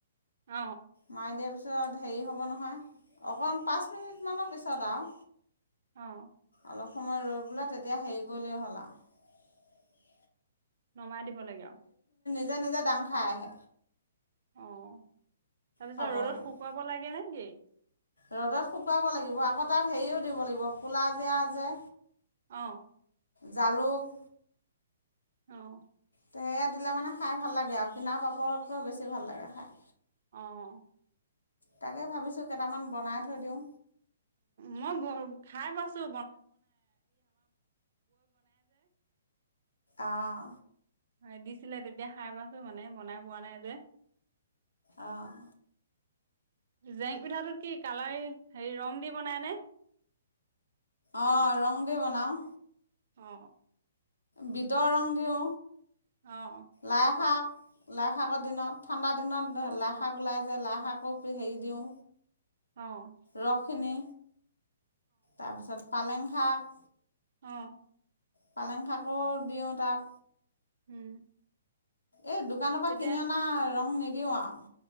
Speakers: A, on the right (about 50°); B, on the left (about 75°).
A: অ
B: মাই দিয়া পাছত। পিছত হেৰি হ'ব নহয় অকণ পাঁচ মিনিটমানৰ পিছত আও।
A: অও।
B: অলপ সময় ৰৈ বোলে তেতিয়া হেৰি কৰিলেই হ'ল আও।
A: নমাই দিব লাগে আও।
B: নিজে নিজে ডাং খাই আহে।
A: অহ। তাৰপিছত
B: পাপৰখিনি
A: ৰ'দত শুকুৱাব লাগে নে। ইয়ে।
B: ৰ'দত শুকুৱাব লাগিব আকৌ তাত হেৰিও দিব লাগিব কলা জীয়া যে।
A: অ।
B: জালুক
A: অ।
B: তেহেকীয়া দিলে মানে খাই ভাল লাগে আৰু কিনাৰ পাপৰতকৈ বেছি ভাল লাগে খায়।
A: অহ।
B: তাকে ভাবিছোঁ কেইটামান বনাই থৈ দিওঁ।
A: মই খাই পাইছো।
B: অহ।
A: হয় দিছিলে তেতিয়া খাই পাছো মানে বনাই পোৱা নাই যে।
B: অহঁ।
A: জেং পিঠাটোত কি কালাৰ হেৰি ৰং দি বনাই নে।
B: অ ৰং দি বনাওঁ।
A: অ।
B: বিতৰ ৰং দিউ।
A: অ',
B: লাইশাক লাইশাকৰ দিনত ঠাণ্ডা দিনত
A: অ',
B: লাইশাক ওলাই যায় লাইশাকো
A: অ',
B: হেৰি। দিওঁ।
A: অ',
B: ৰস খনি। তাৰপিছত পালেং শাক।
A: অহ।
B: পালেং শাকো দিওঁ তাত।
A: উম।
B: এই দোকানৰ পৰা
A: তেতিয়া
B: কিনি অনা ৰং নি দিওঁ আও।